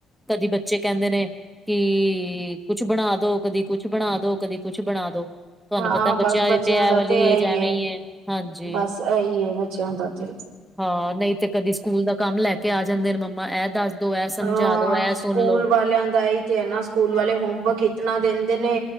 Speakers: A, in the centre; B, on the right.
A: ਕਦੀ ਬੱਚੇ ਕਹਿੰਦੇ ਨੇ ਕਿ ਕੁਛ ਬਣਾ ਦੋ, ਕਦੀ ਕੁਛ ਬਣਾ ਦੋ, ਕਦੀ ਕੁਛ ਬਣਾ ਦੋ ਤੁਹਾਨੂੰ
B: ਹਾਂ
A: ਪਤਾ
B: ਬਸ
A: ਬੱਚਿਆਂ ਦੀ ਤੇ ਐ
B: ਦਾ
A: ਵਾਲੀ
B: ਇਹੀ
A: ਏਜ ਐਵੇਂ ਈ ਏ ਹਾਂਜੀ
B: ਬਸ ਇਹੀ ਏ ਬੱਚਿਆਂ ਦਾ ਤੇ
A: ਹਾਂ, ਨਹੀਂ ਤੇ ਕਦੀ ਸਕੂਲ ਦਾ ਕੰਮ ਲੈ ਕੇ ਆ ਜਾਂਦੇ ਨੇ ਮੰਮਾ ਇਹ ਦੱਸ ਦੋ ਇਹ ਸਮਝਾ
B: ਹਾਂ
A: ਦੋ ਇਹ
B: ਸਕੂਲ
A: ਸੁਣ ਲੋ
B: ਵਾਲਿਆਂ ਦਾ ਇਹੀ ਤੇ ਹੈ ਨਾ ਸਕੂਲ ਵਾਲੇ ਹੋਮਵਰਕ ਇਤਨਾ ਦੇੰਦੇ ਨੇ